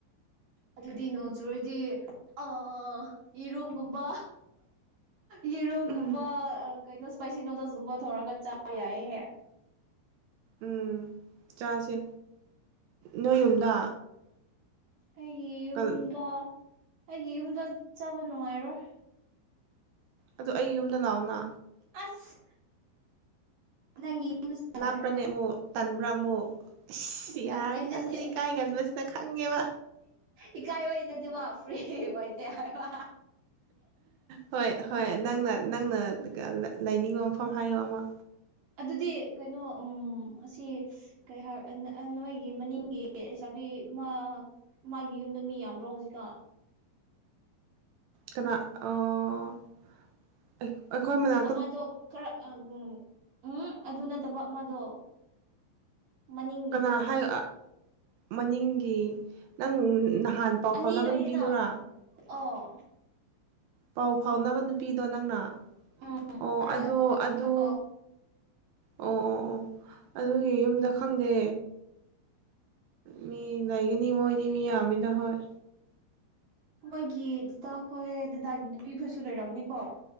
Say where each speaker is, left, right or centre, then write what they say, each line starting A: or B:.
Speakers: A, on the right; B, on the right.
A: ꯑꯗꯨꯗꯤ ꯅꯣꯡ ꯆꯨꯔꯗꯤ ꯑ ꯌꯦꯔꯨꯝꯒꯨꯝꯕ ꯌꯦꯔꯨꯝꯒꯨꯝꯕ
B: ꯎꯝ
A: ꯀꯩꯅꯣ ꯏꯁꯄꯥꯏꯁꯤ ꯅꯨꯣꯗꯜꯁꯀꯨꯝꯕ ꯊꯧꯔꯒ ꯆꯥꯕ ꯌꯥꯏꯌꯦꯍꯦ
B: ꯎꯝ ꯆꯥꯁꯦ ꯅꯣꯏ ꯌꯨꯝꯗ
A: ꯑꯩꯒꯤ ꯌꯨꯝꯗ
B: ꯑꯗꯨ
A: ꯑꯩꯒꯤ ꯌꯨꯝꯗ ꯆꯥꯕ ꯅꯨꯡꯉꯥꯏꯔꯣꯏ
B: ꯑꯗꯨꯗ ꯑꯩ ꯌꯨꯝꯗ ꯂꯥꯛꯑꯣꯅ
A: ꯑꯁ ꯅꯪꯒꯤ <unintelligible> ꯅꯨꯪꯉꯥꯏꯔꯣꯌꯦꯕ
B: ꯂꯥꯞꯄ꯭ꯔꯅꯦ ꯑꯃꯨꯛ ꯇꯟꯕ꯭ꯔꯥ ꯑꯃꯨꯛ ꯑꯁ ꯌꯥꯔꯦ
A: ꯈꯡꯕꯩ
B: ꯅꯪꯁꯦ
A: ꯅꯥꯇꯦ
B: ꯏꯀꯥꯏꯒꯟꯕꯁꯤꯅ ꯈꯪꯉꯦꯕ
A: ꯏꯀꯥꯏꯕꯩ ꯅꯥꯇꯦꯕꯥ ꯐ꯭ꯔꯤ ꯑꯣꯏꯗꯦ ꯍꯥꯏꯕꯥ
B: ꯍꯣꯏ ꯍꯣꯏ ꯅꯪꯅ ꯅꯪꯅ ꯂꯩꯅꯤꯡꯕ ꯃꯐꯝ ꯍꯥꯏꯌꯣ ꯑꯃ꯫
A: ꯑꯗꯨꯗꯤ ꯀꯩꯅꯣ ꯎꯝ ꯑꯁꯤ__ ꯀꯩ ꯍꯥꯏ ꯅꯣꯏꯒꯤ ꯃꯅꯤꯡꯒꯤ ꯂꯩꯁꯥꯕꯤ ꯑꯃ__ ꯃꯥꯒꯤ ꯌꯨꯝꯗꯨ ꯃꯤ ꯌꯥꯝꯕ꯭ꯔꯣ ꯍꯧꯖꯤꯛꯇꯣ
B: ꯀꯅꯥ ꯑꯣ꯫ ꯑꯩ ꯑꯩꯈꯣꯏ ꯃꯅꯥꯛ
A: ꯑꯃꯗꯣ ꯈꯔ ꯎ ꯎꯝ ꯑꯗꯨ ꯅꯠꯇꯕ ꯑꯃꯗꯣ꯫ ꯃꯅꯤꯡꯒꯤꯗꯣ
B: ꯀꯅꯥ ꯍꯥꯏ ꯃꯅꯤꯡꯒꯤ ꯅꯪ ꯅꯍꯥꯟ__ ꯄꯥꯎ
A: ꯑꯅꯤ
B: ꯐꯥꯎꯅꯕ
A: ꯂꯩꯌꯦꯅ
B: ꯅꯨꯄꯤꯗꯨꯔꯥ꯫
A: ꯑꯣ
B: ꯄꯥꯎ ꯐꯥꯎꯅꯕ ꯅꯨꯄꯤꯗꯣ ꯅꯪꯅ
A: ꯎꯝ
B: ꯑꯣ
A: ꯈꯔ
B: ꯑꯗꯣ
A: ꯋꯥꯡꯕꯗꯣ
B: ꯑꯗꯨ__ ꯑꯣ ꯑꯣ ꯑꯣ ꯑꯗꯨꯒꯤ ꯌꯨꯝꯗ ꯈꯪꯗꯦ꯫ ꯃꯤ ꯂꯩꯒꯅꯤ ꯃꯣꯏꯗꯤ ꯃꯤ ꯌꯥꯝꯃꯤꯗ ꯍꯣꯏ꯫
A: ꯃꯣꯏꯒꯤ ꯗꯇꯥꯈꯣꯏ ꯗꯗꯥꯒꯤ ꯅꯨꯄꯤ ꯈꯣꯏꯁꯨ ꯂꯩꯏꯔꯝꯅꯤꯀꯣ꯫